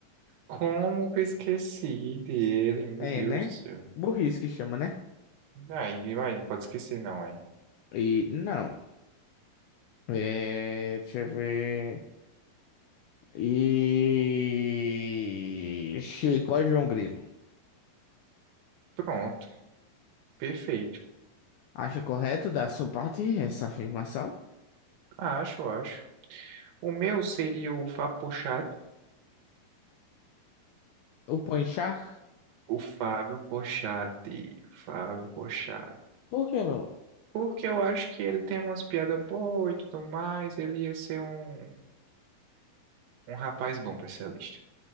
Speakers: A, on the right; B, on the left.
A: como que eu esqueci dele, meu
B: É,
A: Deus
B: né?
A: do céu.
B: Burrice que chama, né?
A: Aí, vai, não pode esquecer, não, é.
B: E não. É, deixa eu ver. E Chico é João Grilo.
A: Pronto, perfeito.
B: Acha correto da sua parte essa afirmação?
A: Acho, acho. O meu seria o Fábio Porchat.
B: O Ponchar?
A: O Fábio Porchat. Fábio Porchat.
B: Por quê, meu?
A: Porque eu acho que ele tem umas piadas boas e tudo mais. Ele ia ser um, um rapaz bom pra essa lista.